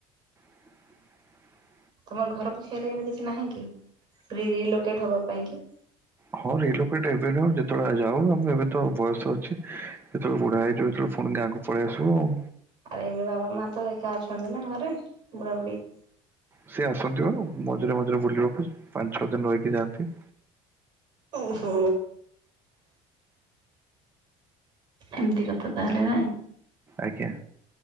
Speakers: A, on the right; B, on the right.
A: <inaudible>
B: ତୋମ ଘର ପାଖ ଏରିଆ ରେ କିଛି ନାହିଁ କି ପ୍ରି ରି ଲୋକେଟ୍ ହବା ପାଇଁ କି?
A: ହଁ ରି ଲୋକେଟ୍ ଏବେ ନୁହଁ ଯେତେବେଳେ ଯାଉ ମୋତେ ଏବେ ତ ବୟସ ଅଛି। ଯେତେବେଳେ ବୁଢା ହେଇଯିବୁ ସେତେବେଳେ ଫୁଣି ଗାଁ କୁ ପଳେଇ ଆସିବୁ ଆଉ।
B: ଆରେ ଏବେ ବାବା ମା ତ ଏକା ଅଛନ୍ତି ନା ଘରେ ବୁଢା ବୁଢ଼ୀ।
A: ସେ ଆସନ୍ତି ବା ମଝିରେ ମଝିରେ ବୁଲିବାକୁ ପାଞ୍ଚ ଛଅ ଦିନ ରହିକି ଯାଆନ୍ତି।
B: ଓହୋ। ଏମିତି କଥା ତାହେଲେ ଭାଇ।
A: ଆଜ୍ଞା।